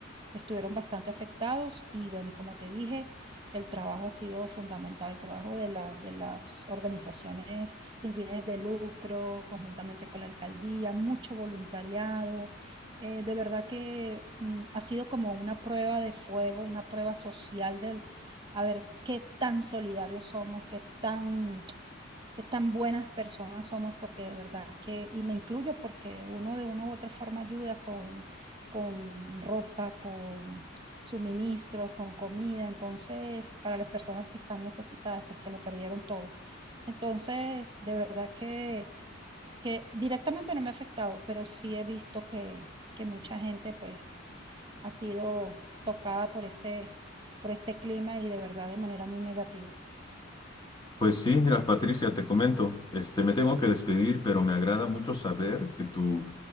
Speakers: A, on the right; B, on the left.
A: que estuvieron bastante afectados y bueno, y como te dije, el trabajo ha sido fundamental, el trabajo de la, de las organizaciones sin fines de lucro, conjuntamente con la alcaldía, mucho voluntariado. Eh, de verdad que mm, ha sido como una prueba de fuego, una prueba social del, a ver qué tan solidarios somos, qué tan qué tan buenas personas somos, porque de verdad que, y me incluyo porque uno de una u otra forma ayuda con, con ropa, con suministros, con comida, entonces, para las personas que están necesitadas, pues que lo perdieron todo. Entonces, de verdad que, que directamente no me ha afectado, pero sí he visto que, que mucha gente pues ha sido tocada por este, por este clima y de verdad de manera muy negativa.
B: Pues sí, mira, Patricia, te comento, este, me tengo que despedir, pero me agrada mucho saber que tu